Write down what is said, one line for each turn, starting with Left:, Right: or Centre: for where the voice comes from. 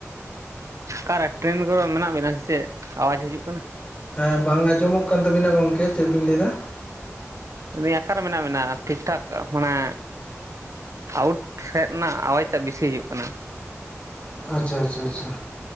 Right: ᱟᱠᱟᱨᱮ ᱴᱨᱮᱹᱱ ᱠᱚᱨᱮ ᱢᱮᱱᱟᱜ ᱵᱤᱱᱟ ᱥᱮ ᱪᱮᱫ ᱟᱣᱟᱡᱽ ᱦᱤᱡᱩᱜ ᱠᱟᱱᱟ?
Left: ᱦᱮᱸ ᱵᱟᱝ ᱟᱸᱡᱚᱢᱚᱜ ᱠᱟᱱ ᱛᱟᱵᱤᱱᱟ ᱜᱚᱝᱠᱮ ᱪᱮᱫ ᱵᱤᱱ ᱞᱟᱹᱭ ᱮᱫᱟ?
Right: ᱨᱮᱹ ᱟᱠᱷᱟᱨᱮ ᱢᱮᱱᱟᱜ ᱵᱮᱱᱟ ᱴᱷᱤᱠ ᱴᱷᱟᱠ ᱢᱟᱱᱮᱼᱼ ᱟᱣᱩᱴ ᱥᱮᱫ ᱨᱮᱱᱟᱜ ᱟᱣᱟᱡᱽᱴᱟᱜ ᱵᱮᱥᱤ ᱦᱤᱡᱩᱜ ᱠᱟᱱᱟ᱾
Left: ᱟᱪᱪᱷᱟ ᱟᱪᱪᱷᱟ ᱟᱪᱪᱷᱟ,